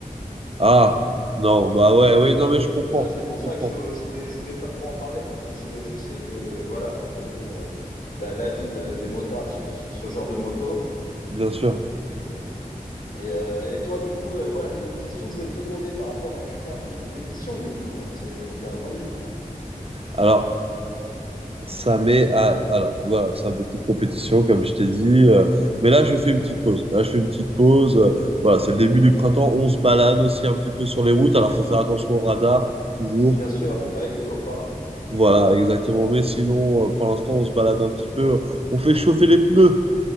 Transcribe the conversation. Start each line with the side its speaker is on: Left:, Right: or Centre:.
Right: Ah, non, bah ouais, oui, non, mais je comprends,
Left: Je, c'est pour ça
Right: je comprends,
Left: que je, je voulais, je voulais pas trop en parler parce que je, je sais que, voilà, je connais euh, la, la vie de- des motards sur, sur ce genre de moto.
Right: bien sûr.
Left: Et, euh, et toi, du coup, euh, voilà une question que je voulais te demander par rapport. Tu fais un peu de compétition, du coup, bien, c'est bien entendu.
Right: Alors, ça met à, alors, voilà, ça a beaucoup de compétition, comme je t'ai dit, euh, mais là, je fais une petite pause. Là, je fais une petite pause. euh, voilà, c'est le début du printemps. On se balade aussi un petit peu sur les routes. Alors, faut faire attention au radar, toujours.
Left: Bien sûr, avec les copains.
Right: Voilà, exactement. Mais sinon, euh, pour l'instant, on se balade un petit peu. On fait chauffer les pneus.